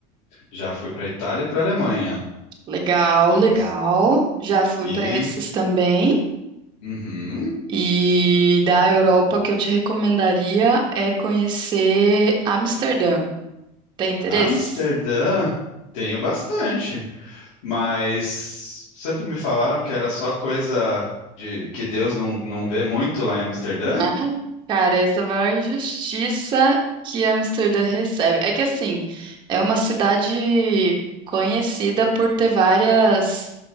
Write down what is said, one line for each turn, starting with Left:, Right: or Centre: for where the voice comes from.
Left: Já fui pra Itália e pra Alemanha.
Right: Legal,
Left: E
Right: legal.
Left: você?
Right: Já fui
Left: E,
Right: para esses também.
Left: uhum.
Right: E da Europa, o que eu te recomendaria é conhecer Amsterdã. Tem interesse?
Left: Amsterdã, tenho bastante, mas sempre me falaram que era só coisa de que Deus não, não vê muito lá em Amsterdã.
Right: <laughs> Cara, essa é a maior injustiça que Amsterdã recebe. É que assim, é uma cidade conhecida por ter várias